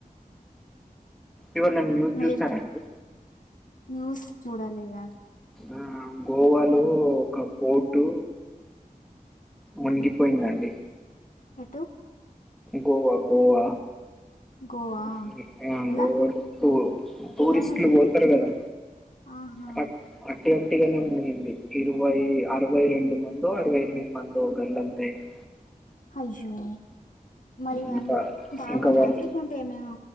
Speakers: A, in the centre; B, on the left (about 60°).
A: ఇవళ న్యూస్
B: మీరు
A: చూస్తారా అండి
B: న్యూస్ చూడలేదను
A: ఆ గోవాలో ఒక బోర్టు మునిగిపోయిందండి
B: తూ
A: గోవా గోవా
B: గోవా
A: ఉమ్ ఆ
B: ఎలా
A: గోవాలో టూ టూరిస్టులు
B: ఎలా మునిగింది
A: పోతారు కదా
B: ఆహా
A: అ అ అట్టి గట్టిగానే మునిగింది ఇరవై అరవై రెండు మందో అరవై ఎనిమిది మందో గల్లంతు అయిన్రు
B: అయ్యో మరి
A: ఇంకా
B: అ బాగున్నారా
A: ఇంకా వాళ్ళు
B: లేకుంటే ఏమైనా